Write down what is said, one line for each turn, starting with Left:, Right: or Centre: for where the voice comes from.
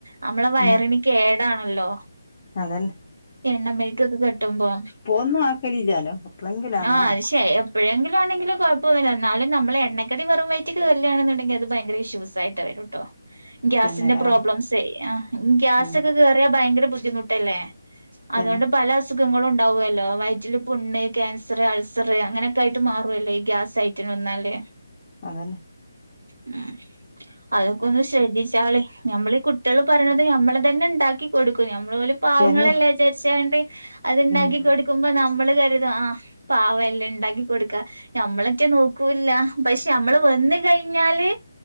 Right: നമ്മളെ വയറിന്
Left: ഉം
Right: കേടാണല്ലോ
Left: അതന്നെ
Right: എണ്ണമക്കൊക്കെ കെട്ടുമ്പോ.
Left: ഇപ്പൊന്നും ആക്കലില്ലാലോ. എപ്പളെങ്കിലാന്നേ
Right: ആഹ്
Left: ആക്കും
Right: അത് ശരി എപ്പഴെങ്കിലാണെങ്കില് കുഴപ്പൊന്നുമില്ലാ എന്നാലും നമ്മള് എണ്ണക്കടി വെറും വയറ്റിക്ക് ചെല്ലാണെന്നുണ്ടെങ്കി അത് ഭയങ്കര ഇഷ്യൂസായിട്ട് വരൂട്ടോ ഗ്യാസിന്റെ
Left: തന്നെല്ലേ
Right: പ്രോബ്ലംസേ ആഹ് ഗ്യാസ്ക്കെ
Left: ഉം
Right: കേറിയാ ഭയങ്കര ബുദ്ധിമുട്ടല്ലേ. അതുകൊണ്ട്
Left: തന്നെ
Right: പല അസുഖങ്ങളും ഉണ്ടാവല്ലോ വയറ്റില് പുണ്. ക്യാൻസർ അൾസർ അങ്ങനൊക്കെ ആയിട്ട് മാറുവല്ലോ ഈ ഗ്യാസയിറ്റി വന്നാല്
Left: അതന്നെ
Right: ഉം അതൊക്കെ ഒന്ന് ശ്രദ്ധിച്ചാളെ നമ്മൾ ഈ കുട്ടികള് പറയണത് നമ്മള് തന്നെ ഉണ്ടാക്കി കൊടുക്കും നമ്മൾ പോലും. പാവങ്ങളല്ലേ
Left: തന്നെ
Right: വിചരിച്ചാണ്ട് അത്ണ്ടാക്കി
Left: ഉം
Right: കൊടുക്കുമ്പോ നമ്മള് കരു. ആഹ് പാവല്ലേ ഉണ്ടാക്കി കൊടുക്ക ഞമ്മളൊക്കെ നോക്കൂല്ല. പക്ഷെ നമ്മള് വന്ന് കഴിഞ്ഞാല്